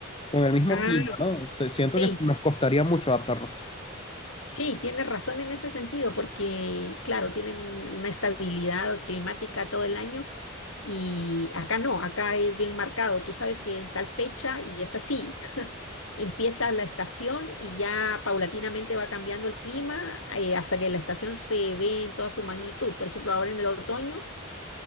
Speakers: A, on the left (about 25°); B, on the left (about 70°).
A: con el mismo
B: Ah,
A: clima, ¿no? Se- siento
B: sí.
A: que nos costaría mucho adaptarnos.
B: Sí, tienes razón en ese sentido, porque claro, tienen una estabilidad climática todo el año y acá no, acá es bien marcado. Tú sabes que en tal fecha y es así, Empieza la estación y ya paulatinamente va cambiando el clima eh, hasta que la estación se ve en toda su magnitud. Por ejemplo, ahora en el otoño,